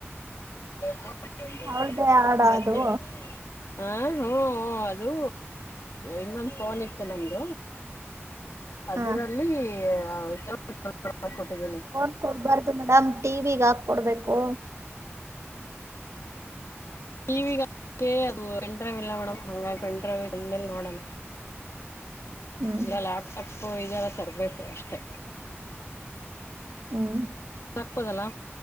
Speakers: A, on the left; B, on the right.
A: ಹ್ಮ್
B: ಅವಳ್ದೇ ಹಾಡ
A: ಮತ್ತೆ
B: ಅದು
A: ಹ ಹ ಹ್ಮ್ ಅದು ಇನ್ನೊಂದು ಫೋನ್ ಇತ್ತು ನಮ್ದ ಅದರಲ್ಲಿ
B: ಹಾ
A: <unintelligible>
B: ಹಾ ಕೊಡ್ಬಾರ್ದು ಮೇಡಮ್ ಟಿವಿಗೆ ಹಾಕ್ಕೊಡ್ಬೇಕು
A: ಟಿವಿ ಅದು ಪೆಂಡ್ರೆವ್ ಇಲ್ಲ ಮೇಡಮ್ ಹಾಗಾಗಿ ಪೆಂಡ್ರೆವ್ ಬಂದ್ ಮೇಲೆ ನೋಡೋಣ
B: ಹ್ಮ್
A: ಇಲ್ಲ ಲ್ಯಾಪ್ ಟಾಪ್ ಇದೆಲ್ಲ ತರಬೇಕು ಅಷ್ಟೆ
B: ಹ್ಮ್
A: ಹಾಕ್ಪೋದಲ್ಲಾ